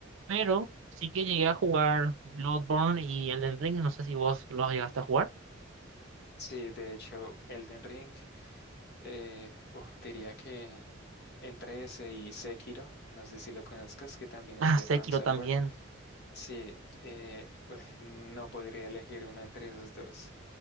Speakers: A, on the right (about 75°); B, on the left (about 55°).
A: pero sí que llegué a jugar Bloodborne y Elden Ring, no sé si vos los llegaste a jugar.
B: Sí, de hecho, Elden Ring. Eh, uf, diría que entre ese y Sekiro, no sé si lo conozcas, que también es
A: Ah,
B: de
A: Sekiro
B: From Software.
A: también.
B: Sí, eh, uy, no podría elegir uno entre esos dos.